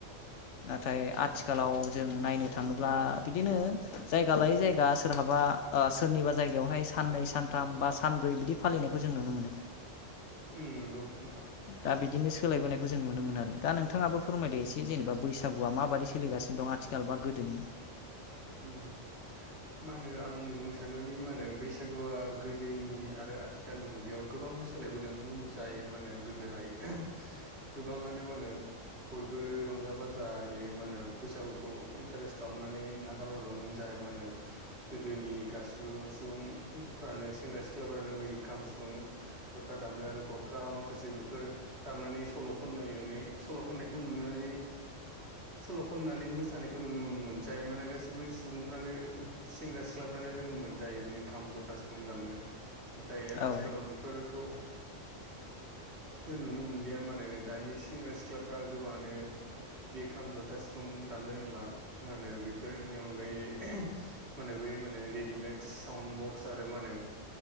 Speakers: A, on the left; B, on the right.
A: नाथाय आथिखालाव जों नायनो थाङोब्ला बिदिनो जायगा लायै जायगा सोरहाबा सोरनिबा जायगायावहाय साननै सानथाम बा सानब्रै बिदि फालिनायखौ जों नुनो मोनो
B: नंगौ नोंथां
A: दा बिदिनो सोलायबोनायखौ जों नुनो मोनो आरो दा नोंथाङाबो फोरमायदो एसे जेनेबा बैसागुआ माबायदि सोलिगानो दं आथिखाल बा गोदोनि
B: <unintelligible> मा होनो आं बुंनो सानोदि मा होनो बैसागुआ गोदोनि आरो आथिखालनि मुगायाव गोबां गोबां सोलायबोदों जाय मा होने गोदोहाय गोबाङानो मा होनो बयबो रंजा बाजायै मा होनो बैसागुखौ इन्टारेस् खालामनानै नागारहरदोंमोन जाय मा होनो गोदोनि गासिबो सुबुंफ्रानो सेंग्रा सिख्लाफ्रानोनो बैयोै खाम सिफुं जथा दामनो आरो गरखा माखासे बेफोर दामनानै सल' खन <unintelligible> सल' खननायखौ नुनानै सल' खननानै मोसानायखौ नुनो मोनोमोन जायो माने गासैबो सुबुंफ्रानो सेंग्रा सिख्लाफ्रानो रोङोमोन जायो बे खाम जथा सुफुं दामनो नाथाय आथिखालाव
A: औ
B: बेफोरखौ
A: <inaudible>
B: नुनो मोनलिया मानोे दानि सेंग्रा सिख्लाफ्रा गोबाङानो बे खाम जथा सिफुं दाम नो रोंला मा होनो बेफोरनि अनगायै मा होनो बे मा होनो रेडिमेक्स साउन्द बक्स आरो मा होनो